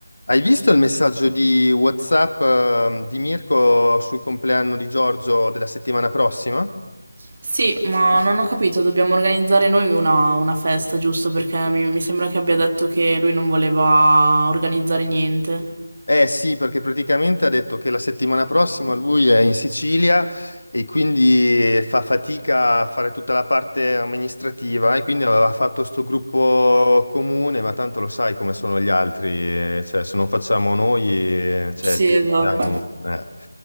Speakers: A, on the left (about 70°); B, on the right (about 45°).
A: Hai visto il messaggio di WhatsApp, ehm, di Mirko sul compleanno di Giorgio della settimana prossima?
B: Sì, ma non ho capito, dobbiamo organizzare noi una, una festa, giusto? Perché mi, mi sembra che abbia detto che lui non voleva organizzare niente.
A: Eh sì, perché praticamente ha detto che la settimana prossima lui è in Sicilia e quindi fa fatica a fare tutta la parte amministrativa e quindi aveva fatto sto gruppo comune, ma tanto lo sai come sono gli altri, eh, cioè se non facciamo noi, eh, cioè,
B: Sì,
A: ci
B: esatto.
A: abbiamo- eh.